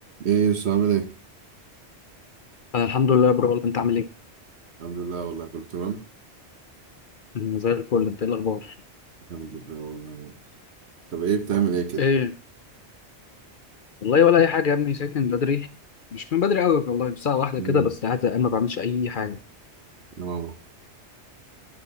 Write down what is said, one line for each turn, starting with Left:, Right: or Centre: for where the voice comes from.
Right: ايه يا يوسف عامل ايه؟
Left: انا الحمد لله يا برو والله انت عامل ايه
Right: الحمد لله والله كله تمام
Left: أنا زي الفل انت ايه الاخبار
Right: الحمد لله والله طب ايه بتعمل ايه كده؟
Left: ايه والله ولا اي حاجه يا ابني ساكن بدري مش من بدري قوي والله بساعه واحده
Right: مم.
Left: كده بس قاعد زهقان ما بعملش اي حاجه
Right: اه